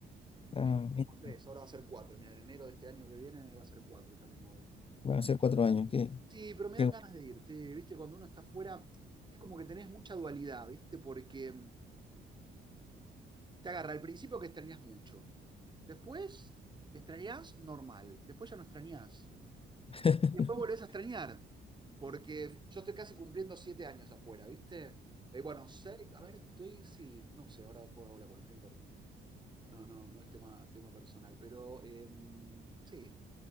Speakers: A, on the right (about 20°); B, on the left (about 30°).
A: un poquito,
B: Ah, mira,
A: como tres, ahora va a ser cuatro, mira, en enero de este año que viene va a ser cuatro ya que no voy.
B: van a ser cuatro años. Qué,
A: Sí, pero me
B: qué
A: dan ganas de ir, sí, viste, cuando uno está afuera es como que tenés mucha dualidad, ¿viste? Porque te agarra al principio que extrañas mucho. Después extrañas normal. Después ya no extrañas.
B: bueno.
A: Después volvés
B: <laughs>
A: a extrañar, porque yo estoy casi cumpliendo siete años afuera, ¿viste? Eh, bueno, seis, a ver, estoy, sí, no sé, ahora después hago la cuenta, no importa. No, no, no es tema, tema personal, pero eh, sí.